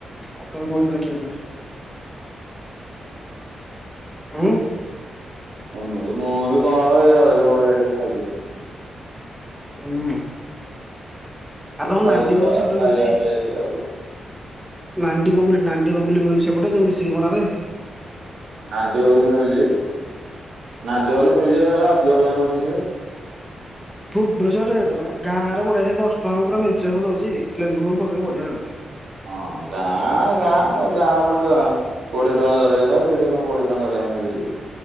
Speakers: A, in the centre; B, on the right.
A: ଆଉ ତମର କଣ ହେଇଥିଲା କ୍ଷୟ କ୍ଷତି। ଆଉ
B: ଏମିତି ମୁଁ ଏବେ କଣ ଜଳଖିଆ ଫଳିକିଆ ଟିକେ ଖାଇଥିଲି।
A: ହୁଁ ଆଉ ତମର
B: ଖାଇବା
A: ନାଣ୍ଡି ବଗୁଲି ସେପଟେ
B: ଖାଇବା
A: ମିଳୁଚି?
B: ପିଇବା ଆଉ
A: ନାଣ୍ଡି ବଗୁଲି ନାଣ୍ଡି ବଗୁଲି ମିଳୁଚି ସେପଟେ ଯୋଉ ମିଶିରି ପଣାହୁଏ।
B: ନାଣ୍ଟିି ବଗୁଲି ମିଳୁଚି ନାଣ୍ଟି ବଗୁଲି ମିଳୁଚି ହେ ଅଧିକ ପଇସା ନଉଚନ୍ତିବେ।
A: ଭୁବନେଶ୍ୱର ରେଟ୍ ବା ଗାଁରେ ବଢ଼ିଆ ସେ ଦଶ ଟଙ୍କା ପୁରା ମେଞ୍ଚେ ହବ ଦଉଚି ଲେମ୍ବୁ ଫେମ୍ବୁ ପକେଇକି ବଢ଼ିଆ ଲାଗୁଚି।
B: ହଁ ଗାଁ ଗାଁ ଆଉ ଗାଁ ପଟୁ ଗାଁ କୋଡିଏ ଟଙ୍କାରେ ଜଳିଖିଆ ଖାଇବ ଏଇଟି କଣ କୋଡ଼ିଏ ଟଙ୍କାରେ ଜଳଖିଆ ମିଳୁଚି।